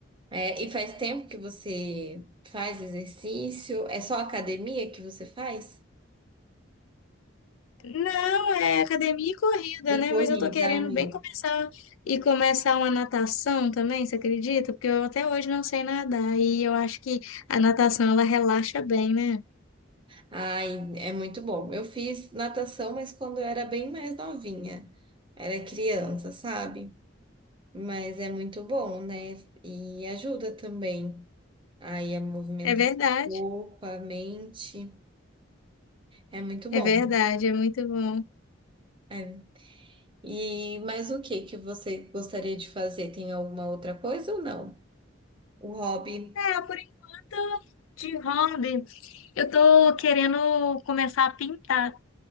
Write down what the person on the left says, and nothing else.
Não, é academia e corrida,
né?
Mas eu tô querendo
bem começar e começar uma natação também, você acredita? Porque eu até hoje não sei nadar e eu acho que a natação ela relaxa bem, né?
É verdade,
é verdade, é muito bom.
É, por enquanto, de hobby, eu tô querendo começar a pintar,